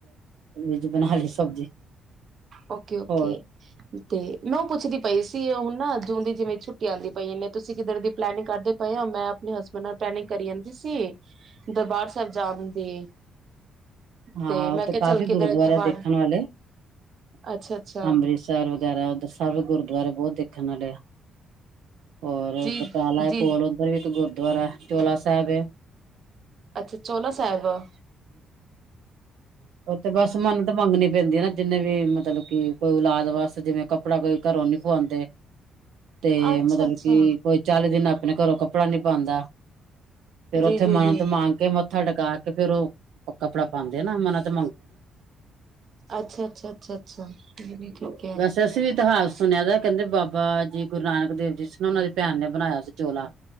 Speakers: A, on the right; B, on the right.
A: ਵੀਜ ਬਣਾ ਲਈ ਸਬਜ਼ੀ
B: ਓਕੇ -ਓਕੇ,
A: ਹੋਰ
B: ਤੇ ਮੈਂ ਉਹ ਪੁੱਛਦੀ ਪਈ ਸੀ ਉਹਣ ਨਾ ਜੂ ਦੀ ਜਿਵੇਂ ਛੁੱਟੀ ਆਉਂਦੀ ਪਈ ਤੁਸੀਂ ਕਿਧਰ ਦੀ ਪਲੈਨਿੰਗ ਕਰਦੇ ਪਏ ਹੋ। ਮੈਂ ਆਪਣੇ ਹਸਬੈਂਡ ਨਾਲ ਪਲੈਨਿੰਗ ਕਰੀ ਜਾਂਦੀ ਸੀ। ਦਰਬਾਰ ਸਾਹਿਬ ਜਾਣ ਦੀ
A: ਹਾਂ,
B: ਤੇ
A: ਉੱਥੇ
B: ਮੈਂ ਕਿਹਾ
A: ਕਾਫ਼ੀ
B: ਚੱਲ ਕਿਧਰ
A: ਗੁਰਦੁਆਰੇ
B: ਦਰਬਾਰ
A: ਦੇਖਣ ਵਾਲੇ
B: ਅੱਛਾ ਅੱਛਾ
A: ਅੰਮ੍ਰਿਤਸਰ ਵਗੈਰਾ ਉਧਰ ਸਭ ਗੁਰਦੁਆਰੇ ਬਹੁਤ ਦੇਖਣ ਵਾਲੇ ਆ ਹੋਰ
B: ਜੀ
A: ਬਟਾਲਾ
B: ਜੀ
A: ਕੋਲ ਉੱਧਰ ਵੀ ਇੱਕ ਗੁਰਦੁਆਰਾ ਚੋਲਾ ਸਾਹਿਬ ਏ।
B: ਅੱਛਾ! ਚੋਲਾ ਸਾਹਿਬ ਅ।
A: ਉਹ ਤੇ ਬਸ ਮੰਨਤ ਮੰਗਣੀ ਪੈਂਦੀ ਨਾ ਜਿੰਨੇ ਵੀ ਮਤਲਬ ਕਿ ਕੋਈ ਔਲਾਦ ਵਾਸਤੇ, ਜਿਵੇਂ ਕੱਪੜਾ ਕੋਈ ਘਰੋਂ ਨੀ ਪੁਆਂਦੇ ਤੇ
B: ਅੱਛਾ
A: ਮਤਲਬ
B: ਅੱਛਾ
A: ਕੀ ਕੋਈ ਚਾਲੀ ਦਿਨ ਆਪਣੇ ਘਰੋਂ ਕੱਪੜਾ ਨੀ ਪਾਉਂਦਾ ਫੇਰ
B: ਜੀ
A: ਉੱਥੇ
B: ਜੀ
A: ਮੰਨਤ
B: ਜੀ
A: ਮੰਗ ਕੇ ਮੱਥਾ ਟਕਾ ਤੇ ਫ਼ੇਰ ਉਹ ਕੱਪੜਾ ਪਾਉਂਦੇ ਨਾ ਮ ਨਾ ਤੇ
B: ਅੱਛਾ -ਅੱਛਾ -ਅੱਛਾ -ਅੱਛਾ ਵੀ ਠੀਕ ਹੈ
A: ਵੈਸੇ ਅਸੀਂ ਵੀ ਇਤਿਹਾਸ ਸੁਣਿਆ ਦਾ ਕਹਿੰਦੇ ਬਾਬਾ ਜੀ ਗੁਰੂ ਨਾਨਕ ਦੇਵ ਜੀ ਸੀ ਨਾ ਉਹਨਾਂ ਦੀ ਭੈਣ ਨੇ ਬਣਾਇਆ ਸੀ ਚੋਲਾ